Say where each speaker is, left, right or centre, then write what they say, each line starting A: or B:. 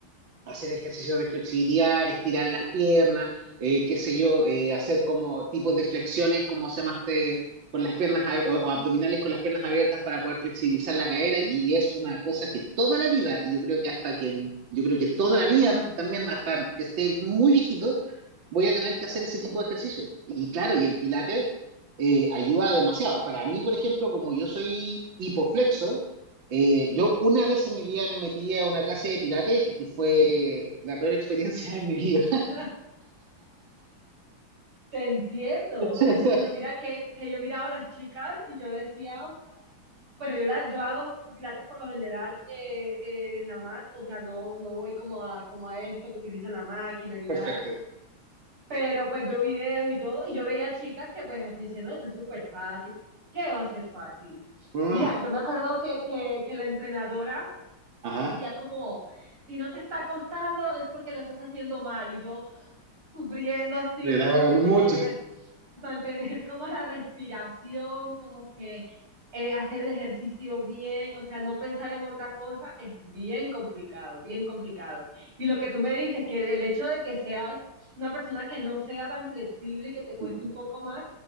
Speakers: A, on the right (about 65°); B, on the right (about 85°).
A: hacer ejercicios de flexibilidad, estirar las piernas, eh, qué sé yo, eh, hacer como tipos de flexiones, como se llama este, con las piernas ab- o, o abdominales con las piernas abiertas para poder flexibilizar la cadera y, y es una cosa que toda la vida, y yo creo que hasta que, yo creo que toda la vida, también hasta que esté muy viejito, voy a tener que hacer ese tipo de ejercicio. Y claro, y el pilates eh, ayuda demasiado. Para mí, por ejemplo, como yo soy hipoflexo, eh, yo una vez en mi vida me metí a una clase de pilates y fue la peor experiencia de mi vida.
B: <laughs> Te entiendo,
A: <laughs>
B: te entiendo. Mira que, que yo miraba a las chicas y yo decía, Bueno, yo, la, yo hago pilates por lo general eh, eh, en la mat, o sea, no, no voy como a, como a esto que utilizan la máquina ni
A: Perfecto.
B: nada, pero pues veo videos y todo, y yo veía chicas que pues diciendo, eso es súper fácil, ¿qué va a ser fácil?
A: Mm,
B: Mira, yo me acuerdo que, que, que la entrenadora
A: ajá.
B: decía como, si no te está costando es porque lo estás haciendo mal, y yo, sufriendo así,
A: Le está
B: como
A: hablando
B: que mantener,
A: mucho.
B: mantener como la respiración, como que eh, hacer el ejercicio bien, o sea, no pensar en otra cosa es bien complicado, bien complicado. Y lo que tú me dices, que el hecho de que seas una persona que no sea tan flexible y que te cueste
A: Ujú.
B: un poco más,